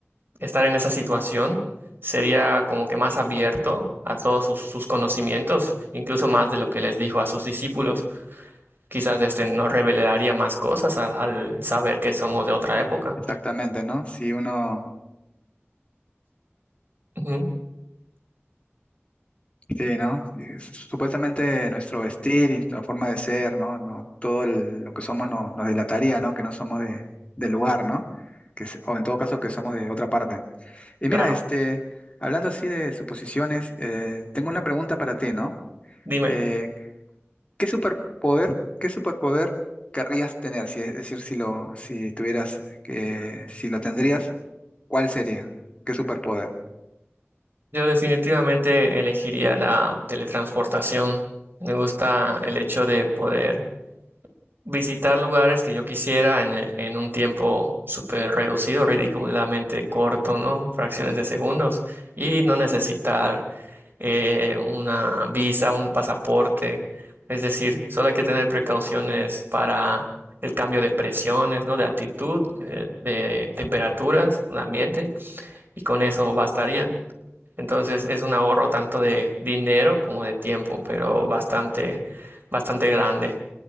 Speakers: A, on the right (about 50°); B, on the left (about 25°).
A: estar en esa situación sería como que más abierto a todos sus, sus conocimientos, incluso más de lo que les dijo a sus discípulos. Quizás este nos revelaría más cosas al, al saber que somos de otra época.
B: Exactamente, ¿no? Si uno...
A: Ujú,
B: Sí, ¿no? Es- Supuestamente nuestro vestir y nuestra forma de ser, ¿no? No, todo el- lo que somos nos, nos delataría, ¿no? Que no somos de, del lugar, ¿no? Que, se- o en todo caso que somos de otra parte. Y
A: Claro,
B: mira, este, hablando así de suposiciones, eh, tengo una pregunta para ti, ¿no?
A: dime.
B: Eh, ¿qué superpoder, qué superpoder querrías tener? Si, es decir, si lo, si tuvieras que, si lo tendrías, ¿cuál sería? ¿Qué superpoder?
A: Yo definitivamente elegiría la teletransportación. Me gusta el hecho de poder visitar lugares que yo quisiera en, eh, en un tiempo súper reducido, ridículamente corto, ¿no? Fracciones de segundos, y no necesitar eh, una visa, un pasaporte. Es decir, solo hay que tener precauciones para el cambio de presiones, ¿no? De altitud, eh, de temperaturas, un ambiente, y con eso bastaría. Entonces es un ahorro tanto de dinero como de tiempo, pero bastante, bastante grande.